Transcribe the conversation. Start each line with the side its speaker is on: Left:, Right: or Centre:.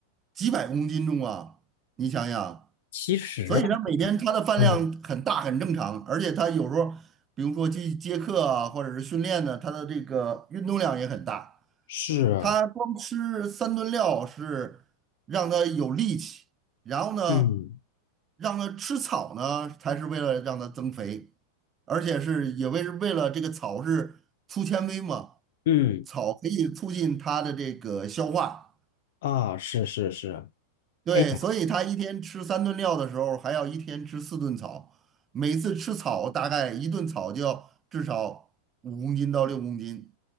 Right: 几百公斤重啊，你想想，
Left: 其实吧，
Right: 所以它每天它的饭量很大很正常，
Left: 嗯，
Right: 而且它有时候比如说去接客啊，或者是训练呢，它的这个运动量也很大。
Left: 是，
Right: 他光吃三顿料是让他有力气，然后呢，
Left: 嗯
Right: 让他吃草呢，才是为了让他增肥，而且是也为是为了这个草是粗纤维嘛，
Left: 嗯
Right: 草可以促进他的这个消化，
Left: 啊，是是是，
Right: 对，
Left: 哎呀。
Right: 所以他一天吃三顿料的时候，还要一天吃四顿草，每次吃草大概一顿草就要至少五公斤到六公斤，